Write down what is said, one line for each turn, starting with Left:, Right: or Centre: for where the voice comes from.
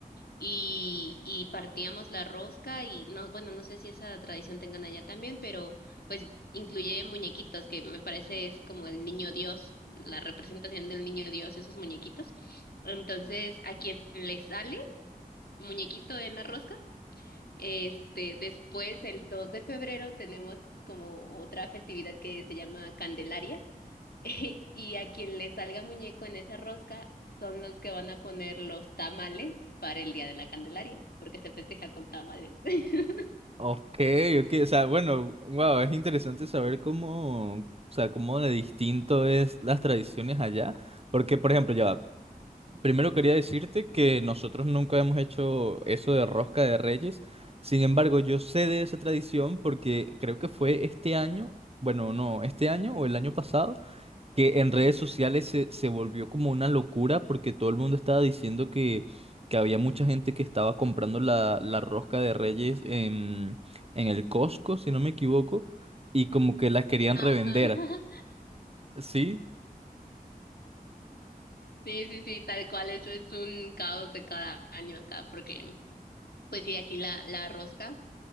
Left: y, y partíamos la rosca y no, bueno, no sé si esa tradición tengan allá también, pero pues incluye muñequitos, que me parece es como el niño Dios, la representación del niño Dios, esos muñequitos. Entonces, a quien le sale muñequito en la rosca, este, después el 2 de febrero tenemos como otra festividad que se llama Candelaria <laughs> Y a quien le salga muñeco en esa rosca son los que van a poner los tamales para el Día de la Candelaria, porque se festeja con tamales. <laughs>
Right: Ok, ok, o sea, bueno, wow, es interesante saber cómo, o sea, cómo de distinto es las tradiciones allá, porque por ejemplo, ya va, primero quería decirte que nosotros nunca hemos hecho eso de rosca de reyes, sin embargo, yo sé de esa tradición porque creo que fue este año, bueno, no, este año o el año pasado que en redes sociales se, se volvió como una locura porque todo el mundo estaba diciendo que, que había mucha gente que estaba comprando la, la rosca de Reyes en, en el Costco, si no me equivoco, y como que la querían revender.
Left: Ajá.
Right: ¿Sí?
Left: Sí, sí, sí, tal cual, eso es un caos de cada año acá, porque pues sí, aquí la, la rosca